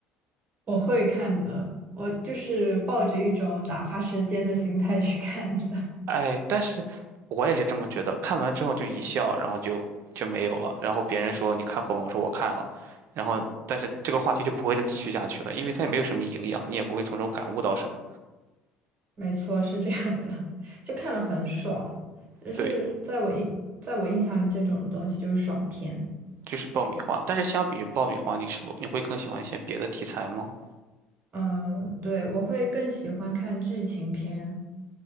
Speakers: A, on the right; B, on the right.
A: 我会看的，我就是抱着一种打发时间的心态去看的。
B: 哎，但是我也是这么觉得，看完之后就一笑，然后就就没有了。然后别人说你看过吗？我说我看了，然后但是这个话题就不会再继续下去了，因为它也没有什么营养，你也不会从中感悟到什么。
A: <laughs> 没错，是这样的，<laughs> 就看了很爽，就是在我印在我印象里，
B: 对，
A: 这种东西就是爽片。
B: 就是爆米花。但是相比于爆米花，你是不你会更喜欢一些别的题材吗？
A: 嗯、对，我会更喜欢看剧情片，